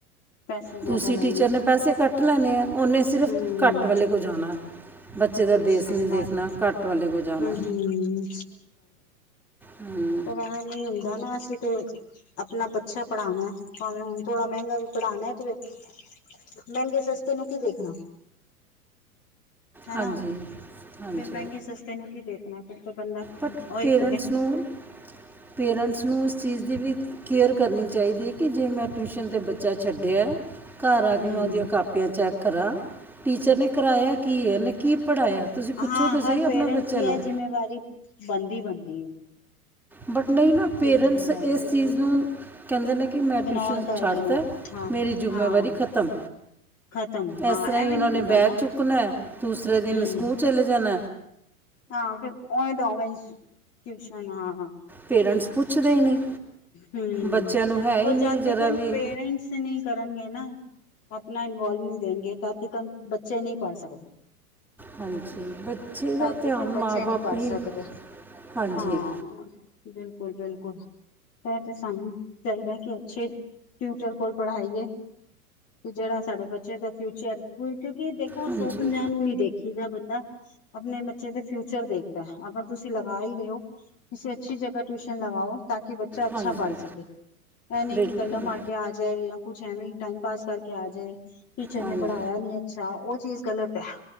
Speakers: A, on the left; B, in the centre.
A: ਪੈਸੇ ਜ਼ਿਆਦਾ
B: ਤੁਸੀਂ
A: ਲੈਣੇ
B: ਟੀਚਰ ਨੇ ਪੈਸੇ ਕੱਟ ਲੈਣੇ ਆ ਉਹਨੇ ਸਿਰਫ਼
A: ਹੂੰ
B: ਕੱਟ ਵਾਲੇ ਕੋਲ ਜਾਣਾ। ਬੱਚੇ ਦਾ ਬੇਸ
A: ਸਹੀ
B: ਨਹੀਂ ਦੇਖਣਾ
A: ਗੱਲ ਹੈ
B: ਘੱਟ ਵਾਲੇ ਕੋਲ ਜਾਣਾ।
A: ਹੂੰ-ਹੂੰ
B: ਹਾ।
A: ਪਰ ਐਵੇ ਨ ਹੁੰਦਾ ਨਾ ਅਸੀਂ ਤੇ ਆਪਣਾ ਬੱਚਾ ਪੜ੍ਹਾਉਣਾ ਭਾਵੇਂ ਹੁਣ ਥੋੜ੍ਹਾ ਮਹਿੰਗਾ ਵੀ ਪੜ੍ਹਾਉਣਾ ਤੇ ਫ ਮਹਿੰਗੇ ਸਸਤੇ ਨੂੰ ਕੀ ਦੇਖਣਾ। ਹਨਾ
B: ਹਾਂਜੀ
A: ਫਿਰ
B: ਹਾਂਜੀ
A: ਮਹਿੰਗੇ ਸਸਤੇ ਨੂੰ ਕੀ ਦੇਖਣਾ ਫਿਰ ਬੰਦਾ
B: ਬਟ
A: ਉਹੀ
B: ਪੇਰੈਂਟਸ
A: ਕਰੇ
B: ਨੂੰ ਪੇਰੈਂਟਸ ਨੂੰ ਇਸ ਚੀਜ਼ ਦੀ ਵੀ ਕੇਅਰ ਕਰਨੀ ਚਾਹੀਦੀ ਹੈ ਕਿ ਜੇ ਮੈਂ ਟਿਊਸ਼ਨ ਤੇ ਬੱਚਾ ਛੱਡਿਆ ਘਰ ਆ
A: ਹੂੰ-ਹੂੰ-ਹੂੰ-ਹੂੰ-ਹੂੰ
B: ਕੇ ਮੈਂ ਉਹਦੀਆਂ ਕਾਪ ਤੇ ਐ ਚੈਕ ਕਰਾ। ਟੀਚਰ ਨੇ ਕਰਾਏਆ ਕੀ ਏ ਏਨੇ ਕੀ ਪੜਾਏਆ ਤੂਸੀ ਪੁੱਛੋ
A: ਹਾਂ
B: ਤੇ ਸਈ
A: ਹਰ ਪੇਰੈਂਟਸ
B: ਅਪਨੇ ਬੱਚੇ
A: ਦੀ
B: ਨੂੰ।
A: ਇਹ ਜਿੰਮੇਵਾਰੀ ਬਾਨਦੀ ਬਾਨਦੀ ਏ
B: ਬਟ ਨਈ ਨਾ ਪੇਰੈਂਟਸ
A: ਜਿੰਮੇਵਾਰੀ
B: ਇਸ
A: ਹੈ।
B: ਚੀਜ਼ ਨੂੰ ਕੈਂਦੇ ਨੇ ਕਿ ਮੈਂ
A: ਇਗਨੋਰ
B: ਟਿਊਸ਼ਨਸ
A: ਕਰਦੇ
B: ਛੱਡਤੈ
A: ਨੇ ਹਾਂ
B: ਮੇਰੀ ਜ਼ਿੰਮੇਵਾਰੀ
A: ਹਾਂ
B: ਖਤਮ।
A: ਖਤਮ ਹਾਂ
B: ਏਸ ਤਰਾਂ ਈ
A: ਐਵੇਂ
B: ਓਨਾਂ
A: ਨੀ
B: ਨੇ
A: ਹੁੰਦਾ
B: ਬੈਗ
A: ਨਾ
B: ਚੁੱਕਨੈ ਦੂਸਰੇ
A: ਹੂੰ
B: ਦਿਨ ਸਕੂਲ ਚਲੇ ਜਾਨ
A: ਹਾਂ ਫੇਰ ਓਵੇਂ ਦਾ ਓਵੇਂ ਈ ਟਊਸ਼ਨ ਹਾਂ
B: ਪੇਰੈਂਟਸ ਪੁੱਛਦੇ ਹੀ ਨਹੀਂ।
A: ਹਮ
B: ਬੱਚਿਆਂ ਨੂੰ ਹੈ ਹੀ
A: ਉਹ
B: ਨਹੀਂ
A: ਜਾਤੀ
B: ਜਰਾ
A: ਕ
B: ਵੀ
A: ਪੇਰੈਂਟਸ ਨੇ। ਕਰਨਗੇ ਨਾ ਆਪਣਾ ਇਨਵੋਲਮੈਂਟ ਦੇਣਗੇ ਤਾਂ ਕਿ ਬੱਚੇ ਨਹੀਂ ਪੜ੍ਹ ਸਕਦੇ
B: ਹਾਂਜੀ ਬੱਚੇ ਦਾ
A: ਤਦ
B: ਧਿਆਨ
A: ਤੀਕਨ ਬੱਚੇ
B: ਮਾਂ ਬਾਪ
A: ਨਹੀਂ ਪੜ੍ਹ
B: ਹੀ
A: ਸਕਦੇ
B: ਹਾਂਜੀ
A: ਹਾਂ ਬਿਲਕੁਲ ਬਿਲਕੁਲ ਫਿਰ ਤੇ ਸਾਨੂੰ ਚਾਹੀਦਾ ਕਿ ਅੱਛੇ ਟੀਚਰ ਕੋਲ ਪੜ੍ਹਾਈਏ ਤੇ ਜਿਹੜਾ ਸਾਡੇ ਬੱਚਿਆਂ ਦਾ ਫਿਊਚਰ ਕਿਉਂਕਿ ਦੇਖੋ
B: ਹਾਂਜੀ
A: ਸੌ ਪੰਜਾਹ ਨੂੰ ਨੀ ਦੇਖ ਉਦਾ ਬੰਦਾ ਆਪਣੇ ਬੱਚੇ ਦੇ ਫਿਊਚਰ ਦੇਖਦਾ ਅਗਰ ਤੁਸੀਂ ਲਗਾ ਹੀ ਰਹੇ ਹੋ ਕਿਸੇ ਅੱਛੀ ਜਗਾ ਟਿਊਸ਼ਨ ਲਵਾਓ ਤਾਂ ਕਿ ਬੱਚਾ ਅੱਛਾ
B: ਹਾਂਜੀ
A: ਪੜ੍ਹ ਸਕੇ ਇਹ ਨਹੀਂ
B: ਬਿਲਕੁਲ
A: ਕਿ ਗੱਲਾਂ ਮਾਰ ਕੇ ਆ ਜਾਏ ਜਾਂ ਕੁਛ ਐਵੇਂ ਟਾਈਮ ਪਾਸ ਕਰਕੇ ਆ ਜਾਏ ਟੀਚਰ
B: ਹਾਂਜੀ
A: ਨੇ ਪੜ੍ਹਾਇਆ ਨੀ ਅੱਛਾ, ਉਹ ਚੀਜ਼ ਗਲਤ ਹੈ।